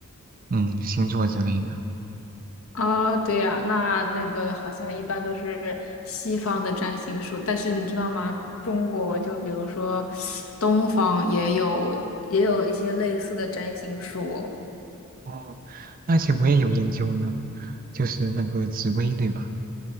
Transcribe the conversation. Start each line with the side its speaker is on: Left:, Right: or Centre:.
Right: 嗯星座之类的。
Left: 哦，对呀，那那个好像一般都是西方的占星术，但是你知道吗？中国就比如说东方也有也有一些类似的占星术哦
Right: 哦，而且我也有研究呢，就是那个紫薇对吧？